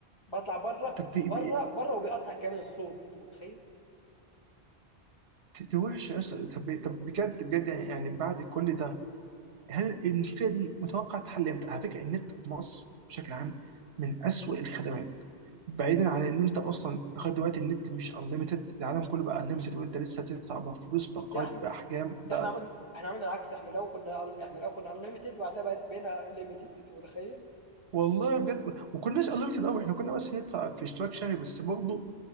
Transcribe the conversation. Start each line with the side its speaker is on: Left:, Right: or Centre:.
Left: باطلع بره
Right: طب بي
Left: بره
Right: بي
Left: بره وبيقطع كمان الصوت انت متخيل
Right: ت- دي وحشه أصلاً. طب طب بجد بجد يعني يعني بعد كل ده هل المشكله دي متوقع تحل امتى؟ على فكره النت في مصر بشكل عام من أسوأ الخدمات بعيدا عن ان انت اصلا لغايه دلوقتي النت مش انليمتد العالم كله بقى انليمتد وانت لسه بتدفع بفلوس باقات
Left: ده احنا
Right: باحجام
Left: ده
Right: ده
Left: احنا عملنا احنا عملنا العكس احنا لو كنا احنا لو كنا انليمتد وبعدها بقت بقينا ليميتد انت متخيل
Right: والله بجد وكناش انليمتد قوي احنا كنا بس ندفع في اشتراك شهري بس برضه